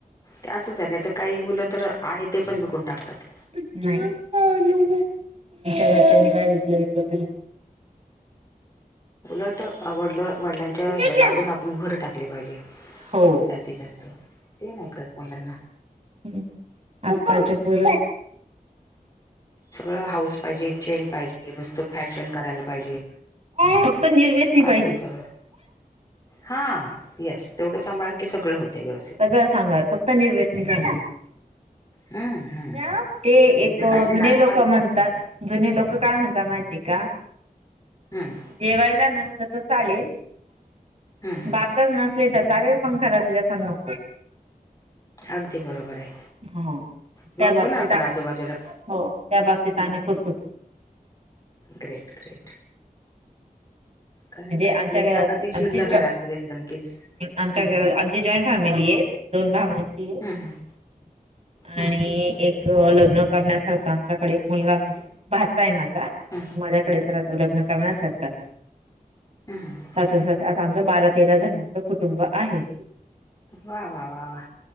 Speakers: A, on the left (about 25°); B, on the right (about 45°).
A: ते असंच आहे. नाही त काही बोलं तर, आहे ते पण विकून टाकतात.
B: नाही तुमच्या घरच्यांनी काय विकलं विकलं करे.
A: उलट आवडलं वडिलांच्या
B: नाही.
A: ह्याच्यात अजून आपण भर टाकले पाहिजे.
B: हो.
A: जास्तीत जास्त, ते नाही कळत मुलांना.
B: हहं आजकालचे पोर
A: सगळं हाऊस पाहिजे. चेन पाहिजे. नुसतं फॅशन करायला पाहिजे.
B: फक्त निर्वेसनी पाहिजे.
A: असं आहे सगळं हा येस, तेवढं सांभाळ की सगळं होते व्यवस्थित.
B: ग सांभाळल फक्त निर्वेसनी <unintelligible> <unintelligible>
A: हम्म हम्म
B: ते
A: विनाकाशी
B: एक जुने
A: नाद लागली
B: लोक म्हण तात. जुने लोक काय म्हणता माहिती का?
A: हम,
B: जेवायला नसलं त चालेल.
A: हम्म हम्म
B: बाकर नसले त चालेल. पण घरात व <unintelligible> नको.
A: अगदी बरोबर आहे.
B: हो
A: बघतो
B: त्या बाबतीत
A: ना आपण आजूबाजूला
B: हो त्या बाबतीत आम्ही करतो की,
A: ग्रेट ग्रेट कारण
B: म्हणजे आमच्या
A: एकदा
B: घरात
A: का ते शिरलं
B: आमचे
A: घरात व्यसन कीच
B: आमच्या
A: हम्म
B: घरात आमची जॉईंट फॅमिली आहे. दोन भावांची
A: हम्म हम्म हम्म
B: आणि एक- लग्न करण्यासारखा आमच्याकडे एक मुलगा म्हणजे भाात आहे माझा.
A: हम्म
B: माझ्याकडे तर रा तो लग्न करण्यासारखं-
A: हम्म
B: सासु सासरे असं आमचं बारा तेरा जणांचं कुटुंब आहे.
A: वा वा वा वा